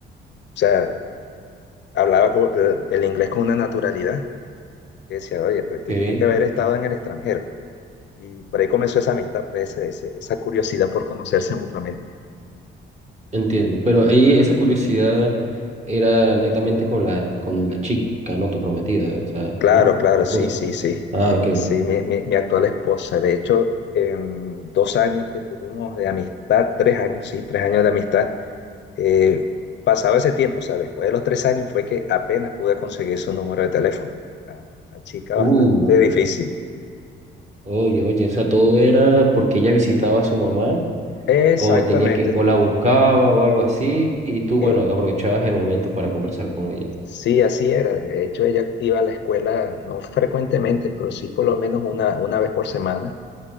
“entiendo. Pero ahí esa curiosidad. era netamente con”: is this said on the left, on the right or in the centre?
Right